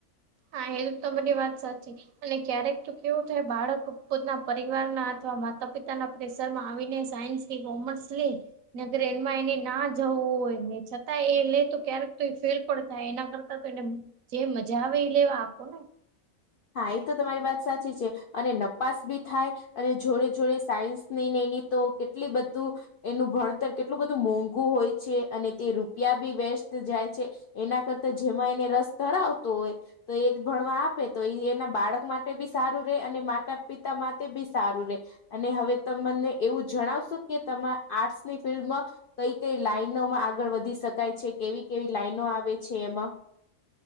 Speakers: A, on the right; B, on the left.
A: હા એત તમારી વાત સાચી અને ક્યારેક તો કેવું થાય બાળક પોતાના પરિવારના અથવા માતા પિતાના પ્રેેશર માં આવીને સાયન્સ એ કોમર્સ લે નેગર એમાં એને ના જવું હોય ને છતાં એ લે તો ક્યારેક તો એ ફેલ પણ થાય એના કરતા તો એને જે મજા આવે એ લેવા આપો ને.
B: હા એ તો તમારી વાત સાચી છે અને નપાસ બી થાય અને જોડે જોડે સાયન્સની ને એની તો કેટલી બધું એનું ભણતર કેટલું બધું મોંઘું હોય છે અને તે રૂપિયા બી વેસ્ટ જાય છે. એના કરતા જેમાં એને રસ ધરાવતો હોય તો એ જ ભણવા આપે તો એ એના બાળક માટે બી સારું રે અને માતા પિતા માતે બી સારું રે. અને હવે ત મને એવું જણાવશો કે તમારા આર્ટસની ફિલ્ડમાં કઈ કઈ લાઈનોમાં આગળ વધી શકાય છે કેવી કેવી લાઈનો આવે છે એમાં?